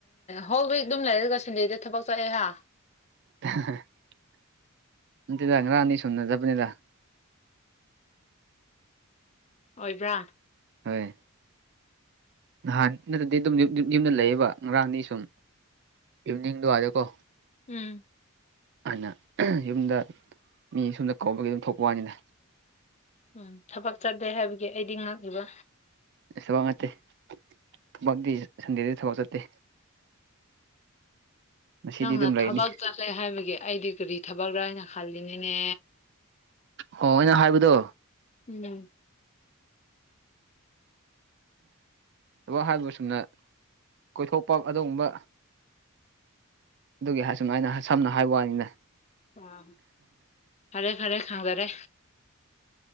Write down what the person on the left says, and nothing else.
ꯍꯣꯜ ꯋꯤꯛ ꯑꯗꯨꯝ ꯂꯩꯔꯒ ꯁꯟꯗꯦꯗ ꯊꯕꯛ ꯆꯠꯑꯦ ꯍꯥ
ꯑꯣꯏꯕ꯭ꯔꯥ
ꯎꯝ
ꯎꯝ ꯊꯕꯛ ꯆꯥꯗꯦ ꯍꯥꯏꯕꯒꯤ ꯑꯩꯗꯤ ꯉꯛꯂꯤꯕ
ꯅꯪꯅ
ꯊꯕꯛ ꯆꯠꯂꯦ ꯍꯥꯏꯕꯒꯤ ꯑꯩꯗꯤ ꯀꯔꯤ ꯊꯕꯛꯔꯥ ꯍꯥꯏꯅ ꯈꯜꯂꯤꯅꯤꯅꯦ
ꯎꯝ
ꯑ ꯐꯔꯦ ꯐꯔꯦ ꯈꯪꯗꯔꯦ